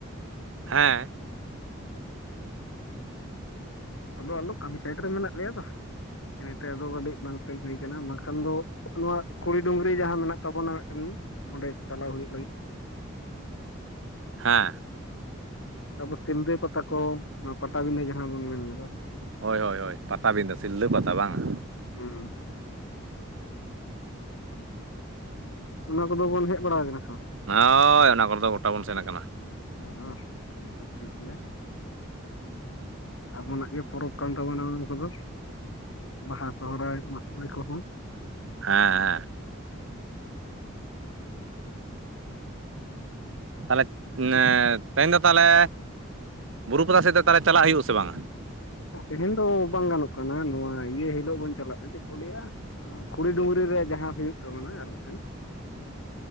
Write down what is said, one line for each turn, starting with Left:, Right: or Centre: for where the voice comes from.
Right: ᱦᱮᱸ
Left: ᱟᱫᱚ ᱟᱞᱚ ᱠᱟᱹᱢᱤ ᱥᱟᱭᱤᱰ ᱨᱮ ᱢᱮᱱᱟᱜ ᱞᱮᱭᱟ ᱛᱚ ᱤᱱᱟᱹ ᱛᱮ ᱟᱫᱚ ᱠᱟᱹᱴᱤᱡ ᱵᱟᱝ ᱥᱮᱱ ᱦᱩᱭ ᱟᱠᱟᱱᱟ ᱵᱟᱝᱠᱷᱟᱱ ᱫᱚ ᱱᱚᱣᱟ ᱠᱩᱲᱤ ᱰᱩᱝᱨᱤ ᱡᱟᱦᱟᱸ ᱢᱮᱱᱟᱜ ᱛᱟᱵᱚᱱᱟ ᱢᱮᱫᱴᱮᱱ ᱚᱸᱰᱮ ᱪᱟᱞᱟᱣ ᱦᱩᱭᱩᱜ ᱞᱟᱹᱜᱤᱫ
Right: ᱦᱮᱸ
Left: <unintelligible> ᱥᱤᱞᱫᱟᱹ ᱯᱟᱛᱟ ᱠᱚ <unintelligible> ᱯᱟᱴᱟᱵᱤᱸᱫᱟᱹ ᱡᱟᱦᱟᱸ ᱵᱚᱱ ᱢᱮᱱ ᱫᱚ
Right: ᱦᱳᱭ ᱦᱳᱭ ᱦᱳᱭ ᱯᱟᱛᱟᱵᱤᱸᱫᱟᱹ ᱥᱤᱞᱫᱟᱹ ᱯᱟᱛᱟ ᱵᱟᱝᱼᱟ
Left: ᱦᱩᱸᱻ ᱚᱱᱟ ᱠᱚᱫᱚ ᱵᱚᱱ ᱦᱮᱜ ᱵᱟᱲᱟ ᱟᱠᱟᱱᱟ ᱥᱮ ᱵᱟᱝᱼᱟ
Right: ᱦᱚᱻᱳᱭ ᱚᱱᱟ ᱠᱚᱨᱮ ᱫᱚ ᱜᱚᱴᱟ ᱵᱚᱱ ᱥᱮᱱ ᱟᱠᱟᱱᱟ
Left: <unintelligible> ᱟᱵᱚᱱᱟᱜ ᱜᱮ ᱯᱚᱨᱚᱵᱽ ᱠᱟᱱ ᱛᱟᱵᱚᱱᱟ ᱚᱱᱟ ᱠᱚᱫᱚ ᱵᱟᱦᱟ ᱥᱚᱦᱨᱟᱭ ᱢᱟᱜᱽ ᱢᱚᱬᱮ ᱠᱚᱦᱚᱸ
Right: ᱦᱮᱸᱻ ᱦᱮᱸᱻ ᱛᱟᱦᱚᱞᱮ ᱮᱸ ᱛᱮᱦᱮᱧ ᱫᱚ ᱛᱟᱦᱚᱞᱮ ᱵᱩᱨᱩ ᱯᱟᱛᱟ ᱥᱮᱜ ᱫᱚ ᱛᱟᱦᱚᱞᱮ ᱪᱟᱞᱟᱜ ᱦᱩᱭᱩᱜ ᱟᱥᱮ ᱵᱟᱝᱼᱟ
Left: ᱛᱮᱦᱮᱧ ᱫᱚ ᱵᱟᱝ ᱜᱟᱱᱚᱜ ᱠᱟᱱᱟ ᱱᱚᱣᱟ ᱤᱭᱟᱹ ᱦᱤᱞᱳᱜ ᱵᱚᱱ ᱪᱟᱞᱟᱜᱼᱟ ᱪᱮᱫ ᱠᱚ ᱞᱟᱹᱭᱟ ᱠᱷᱩᱲᱤ ᱰᱩᱝᱨᱤ ᱨᱮ ᱡᱟᱦᱟᱸ ᱦᱳᱭᱳᱜ ᱛᱟᱵᱚᱱᱟ ᱟᱨ ᱢᱤᱫᱴᱮᱱ